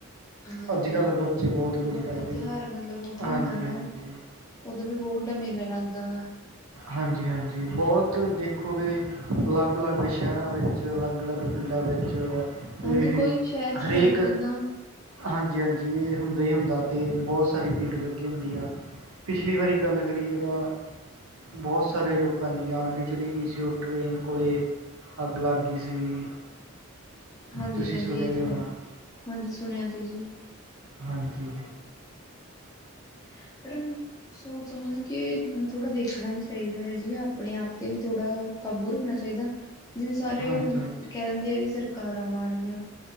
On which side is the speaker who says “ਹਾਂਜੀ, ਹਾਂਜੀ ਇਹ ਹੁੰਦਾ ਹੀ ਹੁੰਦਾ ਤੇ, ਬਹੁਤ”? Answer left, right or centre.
Right